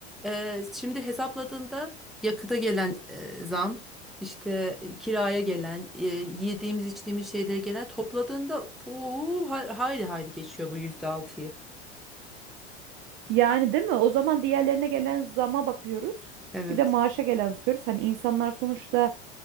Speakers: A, in the centre; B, on the right.
A: e, şimdi hesapladığında yakıta gelen e, zam, işte e, kiraya gelen, e, yediğimiz içtiğimiz şeylere gelen topladığında bu ha- hayli hayli geçiyor bu yüzde altıyı.
B: Yani değil mi? O zaman diğerlerine gelen zama bakıyoruz.
A: Evet.
B: Bir de maaşa gelen zam bakıyoruz. Hani insanlar sonuçta